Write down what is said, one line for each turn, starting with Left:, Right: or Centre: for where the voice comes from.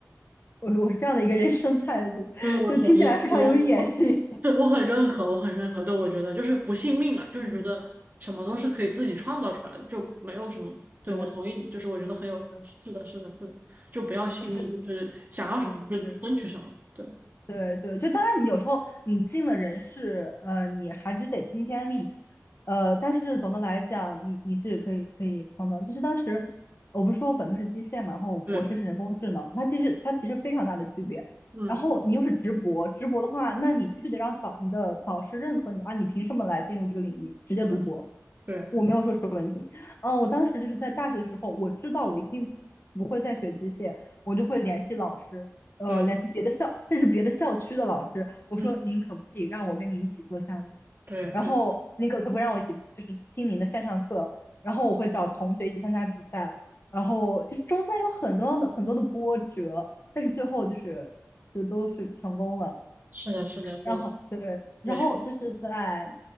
Left: 我我是这样的一个人生态度，
Right: 对，我同意，
Left: 就听起来非常有野心。
Right: 我我对我很认可，我很认可。对，我觉得就是不信命嘛，就是觉得什么都是可以自己创造出来的，
Left: 嗯，
Right: 就没有什么。对，
Left: 对
Right: 我同意你，就是我觉得很有，
Left: 对，
Right: 是的，是的，是的，就不要信命，
Left: 我觉得
Right: 就是想要什么就争取什么。
Left: 是是。
Right: 对。
Left: 对对，就当然你有时候你进了人事，呃，你还是得听天命，呃，但是总的来讲，你你是可以可以碰到，就是当时我不是说我本科是机械嘛，然后我博士是人工智能，
Right: 对，
Left: 它其实它其实非常大的区别。
Right: 嗯
Left: 然后你又是直博，直博的话，那你必须得让导你的导师认可你啊，你凭什么来进入这个领域直接读博？
Right: 嗯，对
Left: 是文凭。嗯，呃我当时就是在大学的时候，我知道我一定不会再学机械，我就会联系老师，呃，
Right: 对，
Left: 联系别的校，甚至别的校区的老师，我说您可不可以让我跟您一起做项目？
Right: 嗯对对，
Left: 然后您可可不可以让我一起就是听您的线上课？然后我会找同学一起参加比赛，然后就是中间有很多的很多的波折，但是最后就是就都是成功了。
Right: 是的，是的，对，
Left: 然后对，然后就是在，
Right: 也是